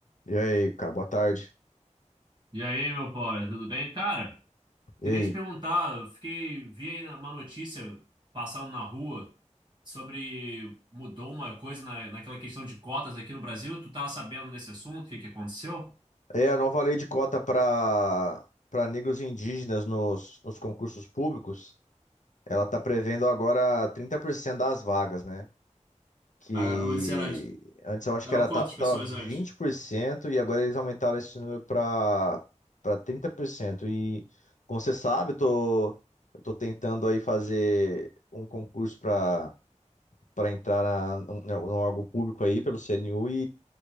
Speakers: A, on the left; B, on the right.
A: E aí, cara, boa tarde.
B: E aí, meu pobre, tudo bem? Cara,
A: E
B: queria
A: aí?
B: te perguntar, eu fiquei, vi aí uma notícia passando na rua sobre mudou uma coisa na, naquela questão de cotas aqui no Brasil. Tu tá sabendo desse assunto? O que que aconteceu?
A: É a nova lei de cota para para negros e indígenas nos, nos concursos públicos, ela tá prevendo agora 30% das vagas, né? Que
B: Ah, antes era, de-
A: antes eu acho
B: eram
A: que era
B: quantas
A: ta- tava
B: pessoas
A: 20%
B: antes?
A: e agora eles aumentaram esse número para para 30%. E como você sabe, eu tô, eu tô tentando aí fazer um concurso para para entrar na, num, num órgão público aí pelo CNU